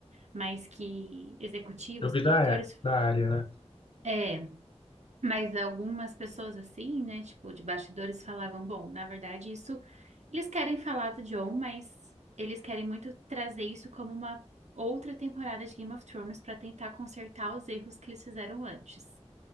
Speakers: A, on the right; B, on the left.
A: mas que executivos,
B: Eu vi
A: produtores,
B: da, da área, né?
A: é, mas algumas pessoas assim, né, tipo, de bastidores falavam, bom, na verdade isso, eles querem falar do Jon, mas eles querem muito trazer isso como uma outra temporada de Game of Thrones para tentar consertar os erros que eles fizeram antes.